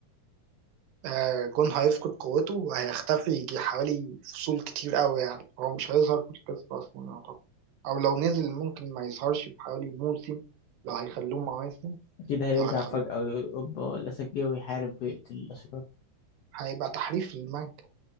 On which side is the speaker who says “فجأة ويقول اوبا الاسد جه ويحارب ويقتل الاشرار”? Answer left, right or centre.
Left